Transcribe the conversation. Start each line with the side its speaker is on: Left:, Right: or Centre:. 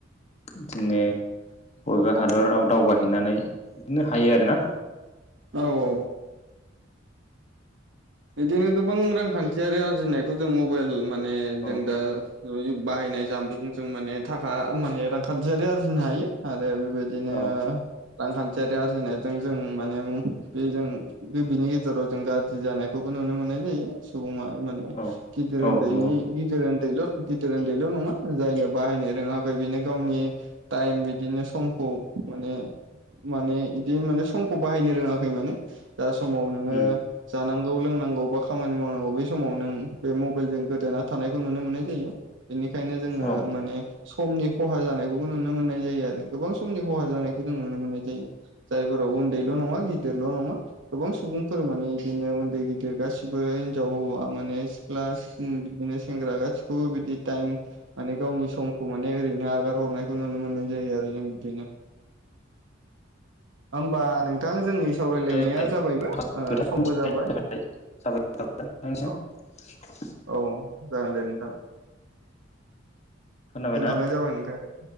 Left: बिदिनो बबेबा हादराव दावबायहैनानै बिदिनो हायो आरोना।
Right: औ औ। बिदिनो गोबां रांखान्थियारि आरजिनायखौ जों मबाइल माने
Left: औ
Right: जों दा बाहायनाय जामुनजों जों माने थाखा माने रांखान्थियारि आरजिनो हायो आ आरो बेबायदिनो
Left: औ
Right: रांखान्थियारि आरजिनायजों जों माने बे जों बेनि गेजेराव जों गाज्रि जानाय बेखौबो नुनो मोननाय जायो सुबुङा माने
Left: औ
Right: गिदिर
Left: औ
Right: ओन्दैनि
Left: नंगौ
Right: गिदिर उन्दैल' गिदिर उन्दैल' नङा जायनो बाहायनो रोङाखै बेनो गावनि टाइम बिदिनो समखौ माने माने इदिनो माने समखौ बाहायनो रोङाखै माने दा समाव नोङो
Left: उम
Right: जानां गौ लोंनांगौ बा खामानि मावनांगौ बे समाव नों बे मबाइलजों गोदोना थानायखौ नुनो मोननाय जायो। बेनिखायनो जोङो
Left: औ
Right: माने समनि खहा जानायखौबो नुनो मोननाय जायो आरो गोबां समनि खहा जानायखौ जों नुनो मोननाय जायो। जायफोराव उन्दैल' नङा गिदिरल' नङा गोबां सुबुंफोर माने बिदिनो उन्द गिदिर गासिबो हिनजाव हौवा माने सिख्ला बिदिनो सेंग्रा गासिखौबो बिदि टाइम माने गावनि समखौ माने ओरैनो आगार हरनायखौ नुनो मोननाय जायो आरो जों बिदिनो। होमबा नोंथां जोंनि सावरायलायनाया
Left: आरो माखासे
Right: जाबायबो ओ
Left: खोथा
Right: समबो
Left: मिथिनायनि
Right: जाबाय।
Left: थाखाय <unintelligible>
Right: औ औ जागोन दे नोंथां
Left: खोनाबायना
Right: दोनथ'नाय जाबाय नोंथां।